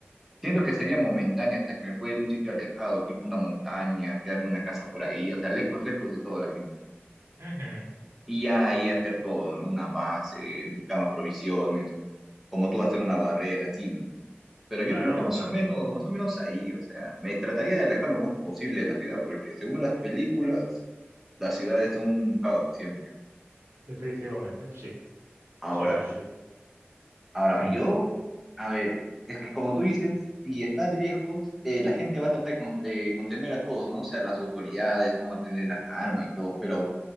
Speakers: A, in the centre; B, on the right.
A: siento que sería momentáneo hasta que me pueda ir a un sitio alejado, tipo una montaña, quedarme en una casa por ahí, o sea, lejos, lejos de toda la gente.
B: Ujú.
A: Y ahí hacer todo, ¿no? Una base, buscar más provisiones, como tú hacer una barrera, así, ¿no? Pero yo
B: Claro,
A: creo que más
B: claro,
A: o menos, más o menos ahí, o sea, me trataría de alejar lo más posible de la ciudad, porque según las películas, las ciudades son un caos siempre.
B: definitivamente, sí.
A: Ahora,
B: Sí, sí, sí.
A: ahora,
B: Ujú,
A: yo, a ver, es que como tú dices, si estás lejos, eh, la gente va a tratar de, con- de contener a todos, ¿no? O sea, las autoridades van a mantener la calma y todo, pero